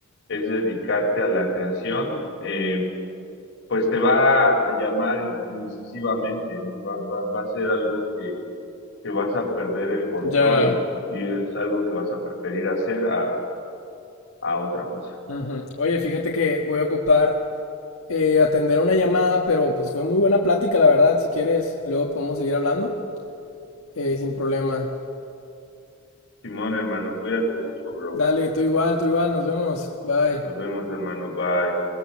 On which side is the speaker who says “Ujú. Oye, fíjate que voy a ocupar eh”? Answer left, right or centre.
Left